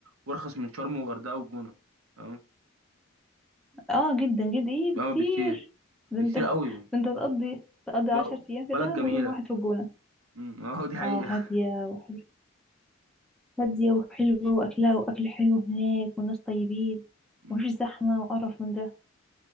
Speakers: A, on the right; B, in the centre.
A: وارخص من شرم وغردقه والجونه اه
B: اه جدا جدا ايه
A: بقى
B: بكتير
A: بكتير
B: ده
A: بكتير
B: انت <laughs> ده
A: قوي
B: انت تقضي تقضي
A: وب-
B: عشر ايام
A: وبلد
B: في دهب
A: جميله
B: ويوم واحد في الجونة
A: مم. <laughs> اه دي حقيقه
B: اه هادية وحلوة هادية وحلوة وأكلها وأكل حلو هناك والناس طيبين
A: مم.
B: ومفيش زحمة وقرف من ده